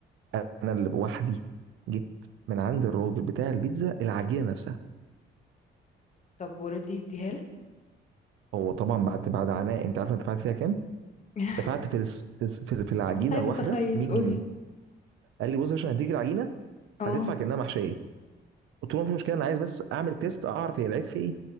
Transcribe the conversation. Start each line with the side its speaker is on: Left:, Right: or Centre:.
Right: انا اللي بوحدي جبت من عند الراجل بتاع البيتزا العجينه نفسها
Left: طب وردي اديها لك
Right: هو طبعا بعد بعد عناء انت عارف انا دفعت فيها كام
Left: <laughs>
Right: دفعت في الس- في الس- في في العجينه
Left: عايزة
Right: الواحده
Left: اتخيل
Right: 100
Left: قولي
Right: جنيه قال لي بص عشان هديك العجينه
Left: اه
Right: هتدفع كانها محشيه قلت له مفيش مشكله انا عايز بس اعمل تيست اعرف هي العيب في ايه